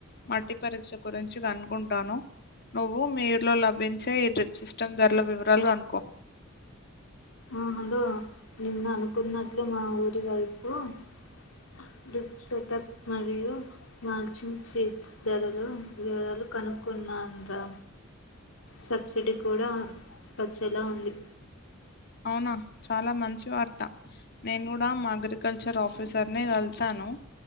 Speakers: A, on the left; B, on the left.
A: మట్టి పరీక్ష గురించి కనుకుంటాను నువ్వు మీ ఊరిలో లభించే ఈ డ్రిప్ సిస్టమ్ ధరల వివరాలు కనుకో
B: ఆ హలో నిన్న అనుకున్నట్లు మా ఊరి వైపు <unintelligible> సెటప్ మరియు మార్చింగ్ <unintelligible> ధరలు వివరాలు కనుకున్నాను ర సబ్సిడీ కూడ వచ్చేలా ఉంది
A: అవునా చాల మంచి వార్త నేను కూడ మా అగ్రికల్ చర్ ఆఫీసర్నే <unintelligible>